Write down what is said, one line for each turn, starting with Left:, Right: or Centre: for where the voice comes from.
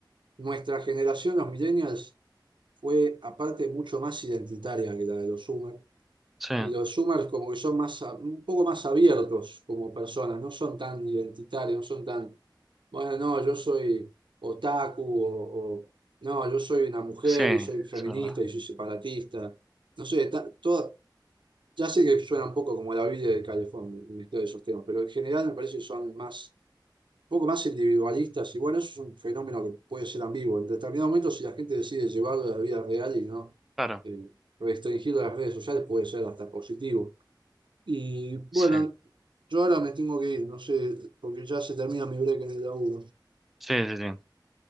Right: nuestra generación, los millennials, fue aparte mucho más identitaria que la de los Zoomers.
Centre: sí,
Right: Y los Zoomers como que son más, a- un poco más abiertos como personas, no son tan identitarios, no son tan, bueno, no, yo soy otaku o, o, no, yo soy una mujer
Centre: sí, es
Right: y soy feminista
Centre: verdad,
Right: y soy separatista. No sé, ta- toda- ya sé que suena un poco como la Biblia de Calefón, el Ministerio de esos temas, pero en general me parece que son más poco más individualistas, y bueno, eso es un fenómeno que puede ser ambiguo. En determinado momento, si la gente decide llevarlo a la vida real y no
Centre: claro,
Right: eh, restringirlo a las redes sociales, puede ser hasta positivo. Y bueno,
Centre: sí.
Right: yo ahora me tengo que ir, no sé, porque ya se termina mi break en el laburo.
Centre: Sí, sí, sí.